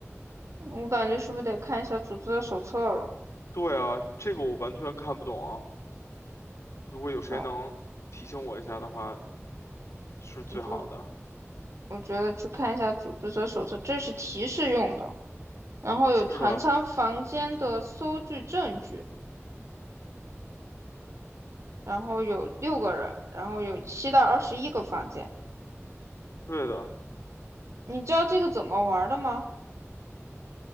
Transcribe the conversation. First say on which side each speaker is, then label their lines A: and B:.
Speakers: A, on the right; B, on the left.
A: 我感觉是不是得看一下组织者手册了？
B: 对啊，这个我完全看不懂啊。如果有谁能提醒我一下的话，
A: 哦，
B: 是最好的。
A: 不，我觉得去看一下组织者手册，这是提示用的。然后有船舱房间的搜据证据，
B: 是的，
A: 然后有六个人，然后有七到二十一个房间。
B: 对的。
A: 你知道这个怎么玩的吗？